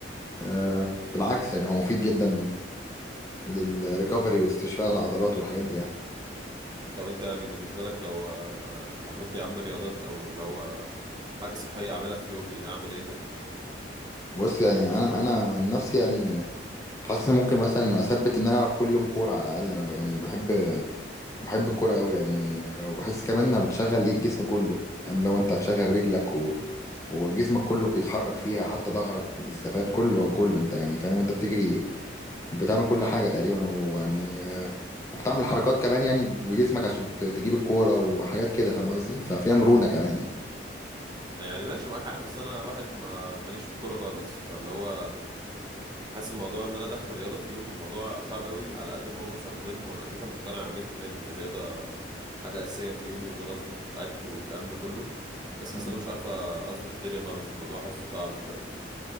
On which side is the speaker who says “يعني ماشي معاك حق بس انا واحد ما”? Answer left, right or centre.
Right